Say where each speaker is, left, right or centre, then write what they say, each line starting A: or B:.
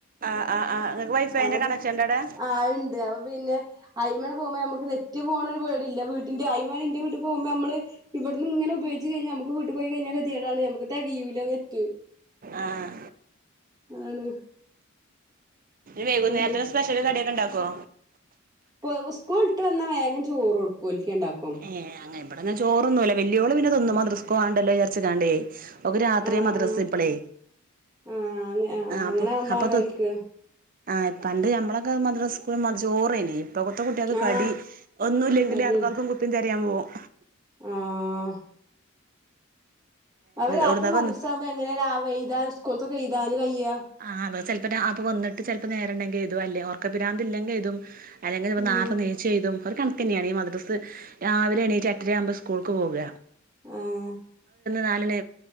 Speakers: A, on the right; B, on the right.
A: ആഹ് ആഹ് ആഹ് ഇങ്ങക്ക് വൈഫൈന്റെ
B: അവ
A: കണക്ഷൻ ഇണ്ടടെ
B: ആഹ് ഇണ്ട് അവ പിന്നെ അയ്മെ പോവുമ്പൊ നമക്ക് നെറ്റ് പോണ ഒരു പേടില്ല വീട്ടിന്റെ അയ്മണിന്റെ പോവുമ്പൊ നമ്മള് ഇവിടുന്ന് ഇങ്ങന ഉപയോഗ നമക്ക് വീട്ടി പോയികഴിഞ്ഞ കത്തിയേടാണ് നമക്ക് തെകയൂല നെറ്റ്
A: ആഹ്
B: ആണ്
A: വൈകുംനേരത്തിന്
B: നെറ്റ്
A: സ്പെഷ്യൽ കടിയെക്കണ്ടാക്കൊ
B: ഇപൊ സ്കൂൾട്ട് വന്നാ വേഗം ചോറ് കൊടുക്കു ഓല്ക്ക് രണ്ടാക്കും
A: ഏഹ് അങ്ങനെ ഇവിടന്നാ ചോറൊന്നൂല്ല വല്യോള് പിന്നെ തിന്നും മദറസ്കോവാണ്ടലൊ വിജാർച്ചിക്കാണ്ടെ അവൾക്ക് രാത്രിയാ
B: ആഹ്
A: മദ്രസ്
B: ആഹ്
A: ഇപ്പളേ
B: ആഹ് അങ്ങ അങ്ങനെ
A: അപ്പൊ
B: ആകുമ്പോളാണ്
A: അപ്പൊ
B: ഓൽക്ക്
A: ആഹ് പണ്ട് ഞമ്മളൊക്കെ മദ്ര സ്കൂള ചോറെനി ഇപ്പൊത്ത കുട്ടി
B: ആഹ്
A: കളി ഇപ്പോ ഒന്നുംല്ലെങ്കിലിൽ
B: കടിയാണ്
A: ആൾക്കാർക്കും കുപ്പി തരായാൻ പോകും
B: ആഹ് അവര് രാത്രി
A: എവ്ട്ന്നാ
B: മദ്രസ
A: വന്ന്
B: ആകുമ്പോ എങ്ങനെ എഴതാന് സ്കൂൾതൊക്കെ എഴുതാനും കഴ്യാ
A: ആഹ് അതെ ചെപ്പോ അപ്പൊ വന്നിട്ട് ചെപ്പോ നേരണ്ടെങ്കിൽ ഇതും അല്ലേ ർക്ക പിരാന്തി ഇല്ലെങ്കിൽ എഴുതും അല്ലെങ്ക
B: ഉം
A: നേർത്ത നീച് എയ്തും ഒക്കെ കണക്ക് തന്നെയാണ് ഈ മ രാവിലെ എണിറ്റു എട്ടര ആകുമ്പോൾ സ്കൂൾക് പോക
B: ആഹ്
A: നാലണി